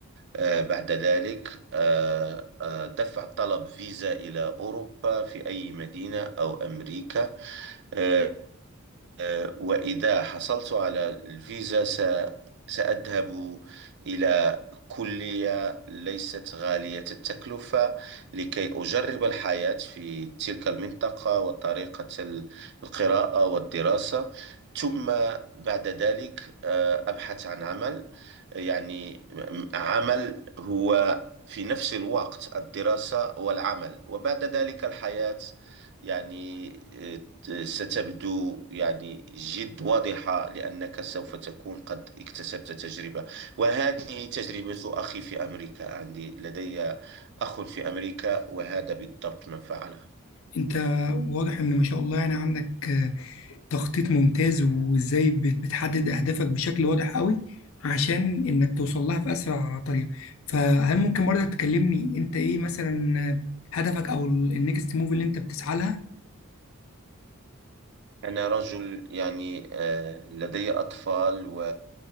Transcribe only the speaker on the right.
آه، بعد ذلك آه، آه، دفع طلب فيزا إلى أوروبا في أي مدينة أو أمريكا آه، آه، وإذا حصلت على الفيزا س- سأذهب إلى كلية ليست غالية التكلفة لكي أجرب الحياة في تلك المنطقة وطريقة ال- القراءة والدراسة ثم بعد ذلك آه، أبحث عن عمل يعني م- عمل هو في نفس الوقت الدراسة والعمل وبعد ذلك الحياة يعني آه، ستبدو يعني جد واضحة لأنك سوف تكون قد اكتسبت تجربة وهذه تجربة أخي في أمريكا عندي لدي أخ في أمريكا وهذا بالضبط ما فعله
أنا رجل يعني آه، لدي أطفال و